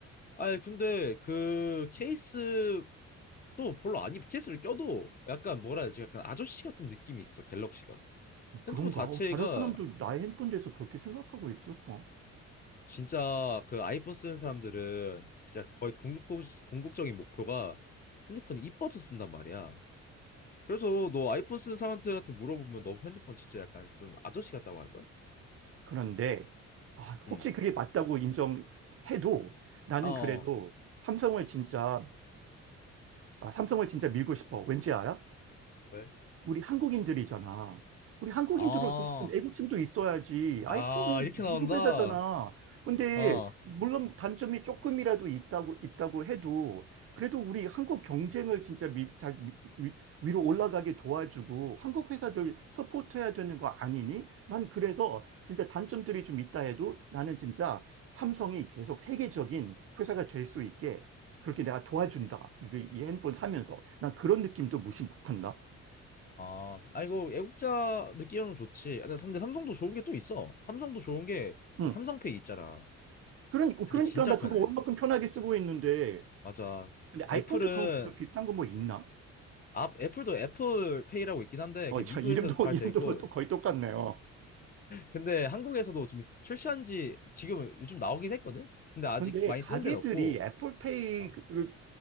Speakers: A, on the left; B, on the right.
A: 아니, 근데 그 케이스도 별로 안 입, 케이스를 껴도 약간 뭐라 해야 되지? 약간 아저씨 같은 느낌이 있어, 갤럭시가.
B: 어, 그런가?
A: 핸드폰 자체가
B: 어, 다른 사람도 나의 핸폰 대해서 그렇게 생각하고 있을까?
A: 진짜 그 아이폰 쓰는 사람들은 진짜 거의 궁극, 궁극적인 목표가 핸드폰이 이뻐서 쓴단 말이야. 그래서 너 아이폰 쓰는 사람들한테 물어보면 너 핸드폰 진짜 약간 좀 아저씨 같다고 할걸?
B: 그런데 아,
A: 응.
B: 혹시 그게 맞다고 인정해도 나는
A: 아, 어.
B: 그래도 삼성을 진짜 아, 삼성을 진짜 밀고 싶어. 왠지 알아?
A: 왜?
B: 우리 한국인들이잖아. 우리 한국인들로서
A: 아,
B: 좀 애국심도 있어야지. 아이폰은
A: 아, 이렇게 나온다.
B: 미국 회사잖아. 근데
A: 어.
B: 물론 단점이 조금이라도 있다고 있다고 해도 그래도 우리 한국 경쟁을 진짜 미, 잘 미, 위, 위로 올라가게 도와주고 한국 회사들 서포트해야 되는 거 아니니? 난 그래서 진짜 단점들이 좀 있다 해도 나는 진짜 삼성이 계속 세계적인 회사가 될 수 있게 그렇게 내가 도와준다. 이거 이 핸폰 사면서 난 그런 느낌도 무시 못한다.
A: 아, 아 이거 애국자 느끼으면 좋지. 아, 근데 삼성도 좋은 게 또 있어. 삼성도 좋은 게
B: 응.
A: 그 삼성페이 있잖아.
B: 그러니,
A: 그게
B: 그러니까
A: 진짜
B: 나
A: 편해.
B: 그거 얼마큼 편하게 쓰고 있는데.
A: 맞아.
B: 근데 아이폰도
A: 애플은
B: 그런 거 비슷한 거 뭐 있나?
A: 아, 애플도 애플페이라고 있긴 한데
B: 어,
A: 그게
B: 야,
A: 미국에서는
B: <laughs> 이름도,
A: 잘
B: 이름도
A: 되고
B: 뭐또 거의 똑같네요.
A: 근데 한국에서도 지금 출시한 지 지금 요즘 나오긴 했거든. 근데 아직
B: 근데
A: 많이
B: 가게들이
A: 쓰는 데는 없고.
B: 애플페이를
A: 어.